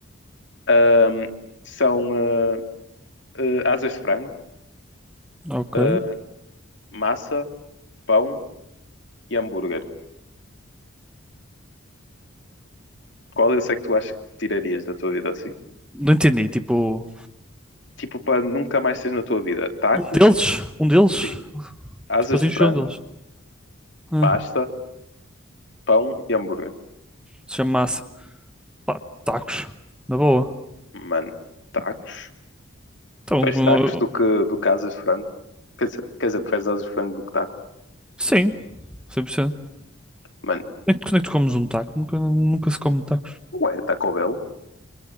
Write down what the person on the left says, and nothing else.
ahm, são ah, eh, asas de frango,
ah, massa, pão e hambúrguer. Qual é que tu achas que tirarias da tua vida assim?
Tipo, para nunca mais teres na tua vida? Tacos?
Sim. asas
de frango,
pasta, pão e hambúrguer.
Mano, tacos.
Preferes
tacos do que, do que asas de frango? Quer dizer, quer dizer, preferes asas de frango do que tacos?
Mano,
ué, Taco Bell?